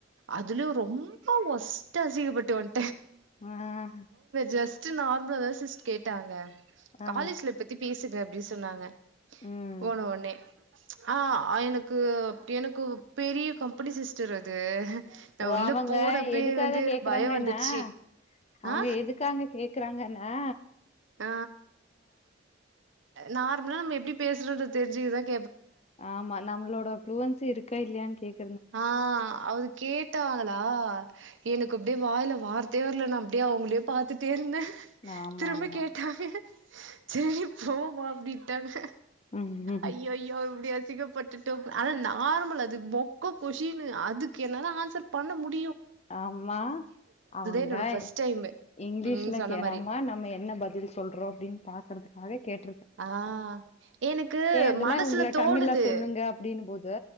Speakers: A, on the right; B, on the left.
A: அதுலயும் ரொம்ப ஒஸ்ட் அசங்கப்பட்டுவந்
B: ஆஹ்
A: ஜஸ்ட் நார் முல்ல சிஸ் கேட்டாங்க
B: ஆ
A: காலேஜ்ல பத்தி பேசுங்க அபி சொன்னாங்க
B: ம்
A: போன்ன ஒன்னே ஆஹ் ஆ எனக்கு அப்படி எனக்கு பெரிய கம்பெனி சிஸ்டர் அது நா
B: ஓ
A: உள்ள
B: அவங்க
A: போனப்பே
B: எதுக்காக
A: வந்து எனக்கு
B: கேக்குறாங்கன்னா
A: பயம் வந்துருச்சு
B: அவங்க
A: ஆ
B: இதுக்காங்க கேக்குறாங்கண்ணா
A: ஹ நார்ம்முல் நம்ம எப்படி பேசுறதுன் தெரி்ஞ்சு ருக்
B: ஆமா நம்மளோட ப்ளுவன்சி இருக் இருக்கா இல்லையான் கேக்
A: ஆஹ் அவது கேட்டவாங்களா எனக்கு அப்படியே வாயில்லா வ வார்த்தே வரலை நான் அப்படியே அவங்களே பார்த்துட்டே இருந்தேன்
B: ஆமா
A: திரும்ப
B: ஆமா
A: கேட்டாங்க க சரி போமா அப்டிட்ன்டாங்க
B: ம்
A: ஐயோ யோ இப்படி அசுக்கப்பட்டுட்டோம் ஆனா நம்ம நார்மல்ல அது போங் கொ கொஸின் அதுக்கு என்னாலா ஆன்சர் பண்ண முடி
B: ஆம்மா அவங்காய்
A: என்னோட ஃபர்ஸ்ட் டைமு
B: இங்கிலீஷ்ல
A: ம் சொன்ன
B: கேணம்மா
A: மாரி
B: நம்ம என்ன பதில் சொல்றோம் அப்டின்னு பாக்குறது அதே கேட்
A: ஆஹ் எனக்கு
B: இதுல
A: மனசுல
B: உங்கள
A: தோணுது
B: தமிழ்ல சொல்லுங்க அப்டின்னு போது